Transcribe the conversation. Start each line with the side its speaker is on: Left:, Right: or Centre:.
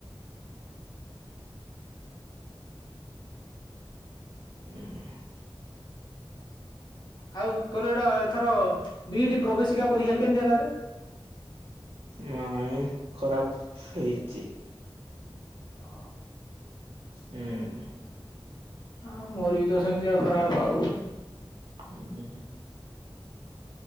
Right: ହଁ।
Left: ଆଉ ତୋର ଏଇଟା ଏଥର ବିଇଡି ପ୍ରବେଶିକା ପରୀକ୍ଷା କେମତି ହେଲାରେ?
Right: ନାଇଁ ଖରାପ ହେଇଚି।
Left: ହଁ।
Right: ହୁଁ।
Left: ହଁ ମୋର ବି ତ ସେମିତି ଆଉ ଖରାପ୍ ଆଉ।
Right: ହୁଁ ହୁଁ ହୁଁ।